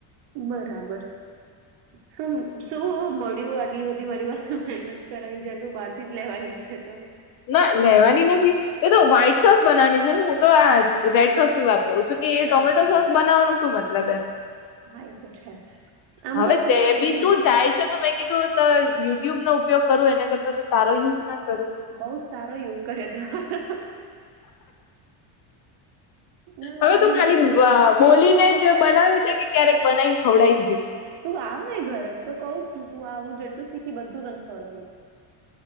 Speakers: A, on the right (about 55°); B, on the left (about 45°).
A: બરાબર.
B: <inaudible>
A: શું શું મળ્યું આટલી બધી મારી પાસે મહેનત કરાય જયારે તું બહારથી જ લેવાની છે તો,
B: ના લેવાની નથી એ તો વ્હાઈટ સોસ બનાવાની છે. ને હું તો આ રેડ સોસની વાત કરું છું. કે એ ટોમેટો
A: અચ્છા
B: સોસ બનાવવાનો શું મતલબ એમ?
A: હા એ તો છે આમ
B: હવે
A: તો
B: તે
A: છે ને
B: બી
A: એવું
B: તું જાય છે, તો મેં કીધું તો યુટ્યુબનો ઉપયોગ કરું એના કરતા તો તારો યુઝ ના કરું?
A: બોવ સારો યુઝ કર્યો તે <unintelligible> ના
B: હવે
A: આવી
B: તું ખાલી
A: રીતે ક-
B: બા બોલીને જ બનાવે છે. કે ક્યારેક બનાવી ખવડાઈશ ભી?
A: તું આવને ઘરે હું તો કઉ છું. તું આવું જેટલું શીખી બધું તને ખવડાવિહ